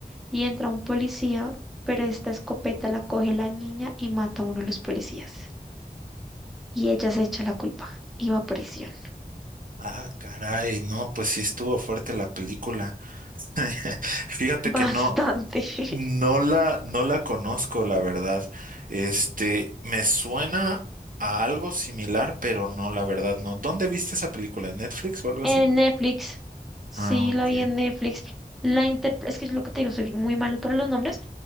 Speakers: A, in the centre; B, on the right.
A: y entra un policía, pero esta escopeta la coge la niña y mata a uno de los policías. Y ella se echa la culpa y va a prisión.
B: Ah, caray, no, pues sí estuvo fuerte la película. <laughs> Fíjate
A: Bastante.
B: que no.
A: <laughs>
B: No la, no la conozco, la verdad. Este, me suena a algo similar, pero no, la verdad, no. ¿Dónde viste esa película? ¿En Netflix o algo
A: En
B: así?
A: Netflix. Sí,
B: Ah, ok.
A: la vi en Netflix. La inter- es que es lo que te digo, soy muy malo para los nombres,